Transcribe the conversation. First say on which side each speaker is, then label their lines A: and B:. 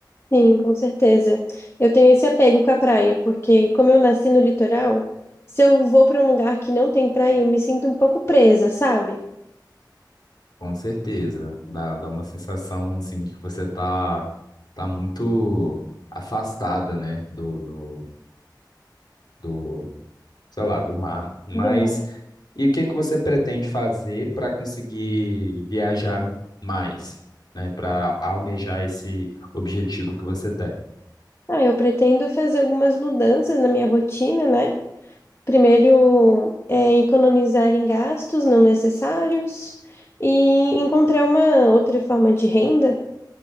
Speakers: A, on the left; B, on the left.
A: Sim, com certeza. Eu tenho esse apego com a praia, porque como eu nasci no litoral, se eu vou para um lugar que não tem praia, eu me sinto um pouco presa, sabe?
B: Com certeza. Dá, dá uma sensação, assim, de que você tá, tá muito afastada, né? Do, do, do, sei lá, do mar. Mas,
A: Do mar.
B: e o que que você pretende fazer para conseguir viajar mais, né? Para almejar esse objetivo que você tem?
A: Ah, eu pretendo fazer algumas mudanças na minha rotina, né? Primeiro, é, economizar em gastos não necessários e encontrar uma outra forma de renda,